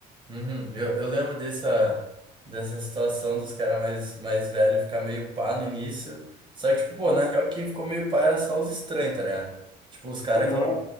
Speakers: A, on the right; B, on the left.
A: Uhum, Eu, eu lembro dessa, dessa situação dos caras mais, mais velhos ficar meio pá no início. Só que, tipo, pô,
B: Não
A: na
B: é,
A: real, quem ficou meio pá era só os estranhos, tá ligado? Tipo, os caras
B: é, não
A: que,
B: é,